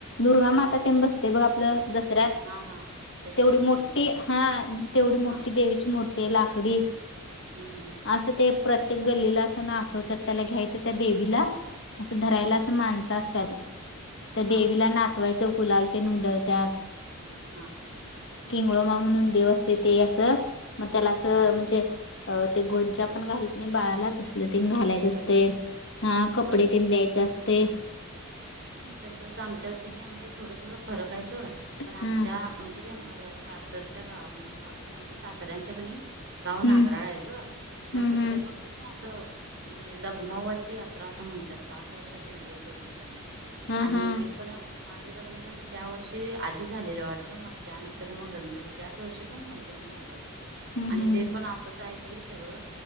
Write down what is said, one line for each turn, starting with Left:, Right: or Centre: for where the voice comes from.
Left: दुर्गा माता
Right: हा
Left: ते बसते बघ आप ल. दसऱ्यात
Right: हा हा तशी
Left: तेवढी
Right: आहे
Left: मोठी
Right: देवीची
Left: हा तेवढी मोठी
Right: हा हा
Left: देवीची मूर्ती ते लाकडी
Right: हम्म हम्म
Left: असं ते प्रत्ये ते गल्लीला असं नाचवतात त्याला घ्यायचं त्या देवीला असं धरायला
Right: हा हा
Left: असं माणसं असत तत तर
Right: हा
Left: देवीला
Right: हा
Left: नाचवायचं कुलाल ते नद त्यात
Right: हम् हम्
Left: मुळमा म्हणून देवस्ते ते असं मग त्याला असं
Right: हा
Left: म्हणजे अ ते गोंच्या पण घालत नाही बाळालाचसल तन घालायच असते
Right: होय तसं खातात
Left: हा कपडे
Right: होय
Left: तीन द्यायचे असते
Right: तसच आमच्या म्हण ोड थोड फरक आहे सोा पण आमच्या
Left: हा
Right: म्हणजे माझ्या सासरच्या का म्हणजे आमच्या सासऱ्यांच्या कणी गाव
Left: हम्म
Right: नागराळ आहे ग मग
Left: हम्म
Right: तिकडे
Left: हम्म
Right: पण कमी असत हो म्हणजे लगमवाची यात्रा असं म्हणतात पाच वर्षात नाही एकदा त्या ति
Left: हा
Right: आणि
Left: हा
Right: मी पण माझं लग्न झालं त्या वर्षी आधी झालेलं वाटतं त्यानंतर मग लग्न झाले त्याच वर्षी पण नंतर झालेय
Left: हम्म
Right: आणि
Left: हम्म
Right: ते पण असतच आहे बाई सगळं